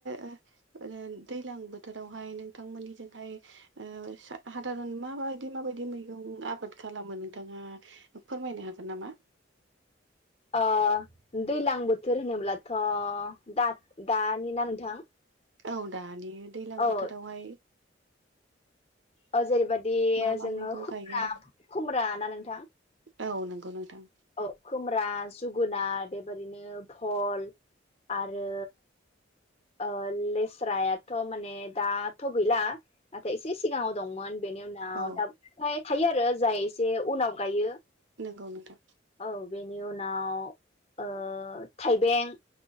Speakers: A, on the right; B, on the left.
A: ओ ओ दैलां बोथोरावहाय नोंथांमोननिजोंहाय ओ हादारन माबायदि माबायदि मैगं आबाद खालामो नोंथाङा फोरमायनो हागोन नामा।
B: ओ दैलां बोथोर होनोब्लाथ' दा दानि ना नोंथां
A: औ दानि दैज्लां
B: औ
A: बोथोरावहाय
B: ओ जेरैबायदि
A: मा मा
B: जोङो
A: मैगं
B: खुमब
A: गायो
B: खुमब्रा ना नोंथां
A: औ नंगौ नोंथां।
B: औ खुमब्रा जोगोनार बेबायदिनो भल आरो ओ लेस्रायाथ' माने दाथ' गैला। नाथाय एसे सिगाङाव दंमोन बेनि उनाव
A: औ
B: दाओमफ्राय थायो आरो जाय एसे उनाव गायो।
A: नोंगौ नोंथां।
B: औ बेनि उनाव ओ थाइबें